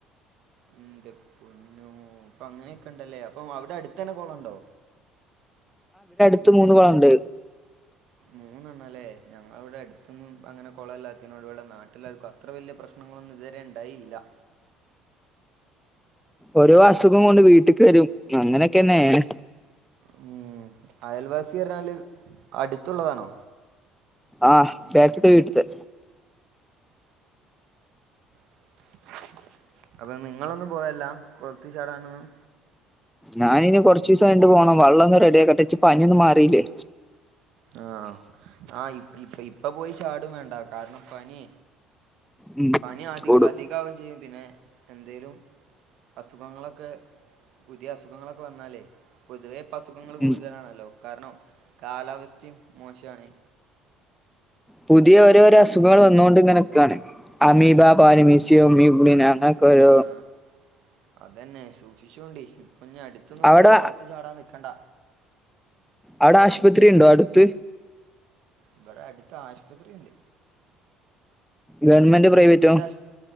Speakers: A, on the right (about 70°); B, in the centre.
A: ന്റെ പൊന്നോ ഇപ്പൊ അങ്ങനെയൊക്കെ ഉണ്ടല്ലേ അപ്പൊ അവിടെ അടു തനെ കൊളണ്ടോ
B: ത്ത് മൂന്ന് കൊളണ്ട്
A: മൂന്നെണ്ണല്ലേ ഞങ്ങള ഇവിടെ അടുത്തൊന്നും അങ്ങനെ കുളമല്ലാത്തന ഇടി ഇവിടെ നാട്ടിലാർക്കും അത്ര വലിയ പ്രശ്നം....... ങ്ങളൊന്ന ഇതുവരെ ഉണ്ടായില്ല.......
B: ഓരോ അസുഖം കൊണ്ട് വീട്ടക്ക് വരും അങ്ങനൊക്കെന്നെണ്......
A: ഉം അയൽവാസി എരഞ്ഞാല് അടുത്തുള്ളതാണോ......
B: ആഹ ബാക്ക്തേവീട്ടത്തെ.....
A: <inaudible> അപ്പൊ നിങ്ങളൊന്നും പോയല്ല കൊളത്തി ചാടാനൊന്നും....,
B: ഞാനിനി കുറച്ചു ദിവസം കഴിഞ്ഞിട്ട് പോകണം വെള്ളം ഒന്ന് റെഡി ആക്കട്ടെ ഇച്ചു പനിയൊന്നും മാറീലേ
A: ആഹ് ആഹ് ഇ ഇപ്പ ഇപ്പൊ പോയി ചാടും വേണ്ട കാരണം പനി
B: ഉം
A: പനി അധിക
B: കൂടും.
A: അധികാവുകയും ചെയ്യും പിന്നെ എന്തേലും അസുഖങ്ങളൊക്കെ പുതിയ അസുഖങ്ങളൊക്കെ വന്നാലേ പൊതുവെ അസുഖങ്ങൾ
B: ഉം
A: കൂടുതലാണല്ലോ കാരണം കാലാവസ്ഥയും മോശമാണ്
B: പുതിയ ഓരോരോ അസുഖങ്ങൾ വന്നൊണ്ട് ഇങ്ങനക്കാണ്
A: ഉം
B: അമീബ പാരമീസിയം <unintelligible> അങ്ങന ക്കൊരു
A: ആഹ് അതന്നെ സൂക്ഷിച്ചോണ്ടി ഇപ്പൊഞ്ഞി അടുത്തൊന്നും
B: അവിടെ
A: പോയി കൊളത്തിൽ ചാടാൻ നിക്കണ്ട
B: അവിടെ ആശുപത്രി ഉണ്ടോ അടുത്ത്
A: ഇവിടെ അടുത്ത് ആശുപത്രി ഉണ്ട്
B: ഗവൺമെന്റോ പ്രൈവറ്റോ
A: ആശു